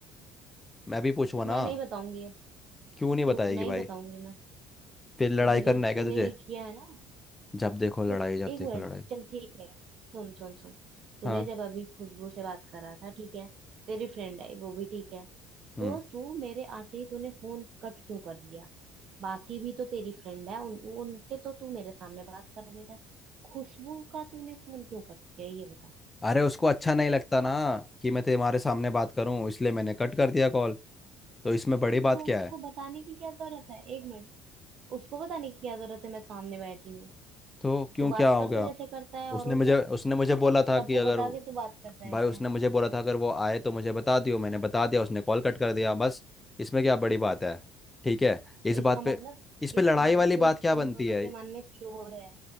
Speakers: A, on the left; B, on the right.
A: मैं भी पूछूंगा ना
B: मैं नहीं बताऊंगी अब
A: क्यों नहीं बताएगी
B: क्यों नहीं
A: भाई
B: बताऊंगी मैं
A: फिर लड़ाई
B: क्योंकि
A: करना
B: जो
A: है क्या
B: तूने
A: तुझे
B: ये किया है ना
A: जब देखो लड़ाई
B: तो
A: जब
B: एक
A: देखो
B: मिनट
A: लड़ाई
B: चल ठीक है सुन सुन सुन तूने
A: हाँ
B: जब अभी खुशबू से बात करा था ठीक है तेरी फ्रेंड है वो भी ठीक है
A: हम्म
B: तो तू मेरे आते ही तूने फोन कट क्यों कर दिया बाकी भी तो तेरी फ्रेंड है उन उनसे तो तू मेरे सामने बात कर लेता है खुशबू का तूने फोन क्यों कट किया ये बता
A: अरे उसको अच्छा नहीं लगता ना कि मैं तुम्हारे सामने बात करूं इसलिए मैंने कट कर दिया कॉल तो इसमें बड़ी बात
B: तो
A: क्या
B: उसको
A: है
B: बताने की क्या जरूरत है एक मिनट उसको बताने की क्या जरूरत है मैं सामने बैठी हूँ
A: तो क्यों
B: तू
A: क्या
B: बात
A: हो
B: करता
A: गया
B: जैसे करता है
A: उसने
B: औरों
A: मुझे
B: से
A: उसने मुझे बोला था
B: सबको
A: कि अगर
B: बता
A: वो-
B: के तू बात करता है
A: भाई
B: क्या
A: उसने मुझे बोला था अगर वो आए तो मुझे बता दियो मैंने बता दिया उसने कॉल कट कर दिया बस इसमें क्या बड़ी बात है ठीक है
B: तो
A: इस
B: इसका
A: बात
B: मतलब
A: पे इस पे
B: इसका
A: लड़ाई
B: मतलब
A: वाली
B: तुम
A: बात क्या
B: तुम
A: बनती
B: दोनों
A: है
B: के मन में चोर है